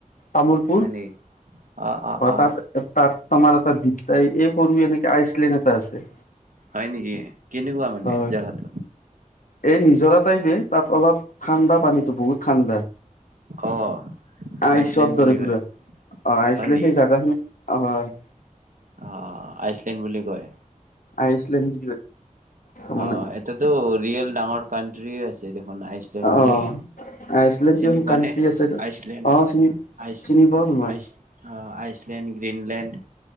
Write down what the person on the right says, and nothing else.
হয় নেকি? অ অ অ
হয় নেকি কেনেকুৱা মানে
জেগাতটো
অ
আইচলেণ্ড বুলি
কয়
হয়
অঁ আইচলেণ্ড বুলি কয়।
অঁ এটাতো ৰিয়েল ডাঙৰ কানট্ৰি আছে দেখোন আইচলেণ্ড বুলি
চিনি
পোৱা
নে
আইচলেণ্ড
আইচ
ice ice Iceland, Greenland